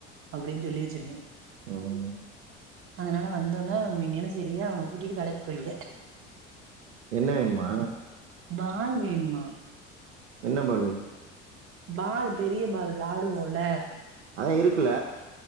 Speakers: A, on the right; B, on the right.
A: அப்டின்னு சொல்லி வெச்சிருக்கே
B: ம்
A: அதனால வந்தோன ஒன்னேன்னு சரியா அவன கூட்டிட்டு கடைக்கு போறிங்க
B: என்ன வேணுமா
A: பால் வேணுமா
B: என்ன பாலு
A: பால் பெரிய பால் விளாடுவோல
B: அதா இருக்குல